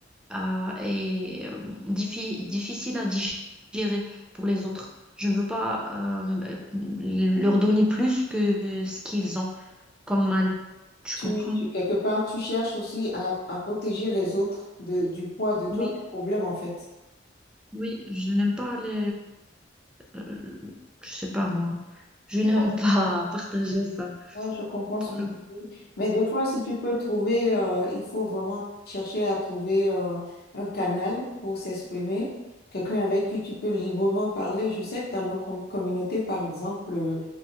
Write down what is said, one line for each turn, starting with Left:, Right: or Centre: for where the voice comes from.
Centre: à- et euh, diffi- difficile à digérer pour les autres. Je ne veux pas euh, leur donner plus que ce qu'ils ont comme mal. Tu
Left: Tu,
Centre: comprends?
Left: tu- quelque part, tu cherches aussi à, à protéger les autres de, du poids de toi,
Centre: Oui,
Left: tes problèmes, en fait.
Centre: oui, je n'aime pas les, euh, je sais pas moi. Je
Left: Je
Centre: n'aime pas <laughs> partager ça.
Left: Ouais, je comprends
Centre: Pour
Left: ce que
Centre: nous.
Left: tu dis. Mais des fois, si tu peux trouver, euh, il faut vraiment chercher à trouver euh, un canal pour s'exprimer, quelqu'un avec qui tu peux librement parler. Je sais que dans nos com- communautés, par exemple, euh,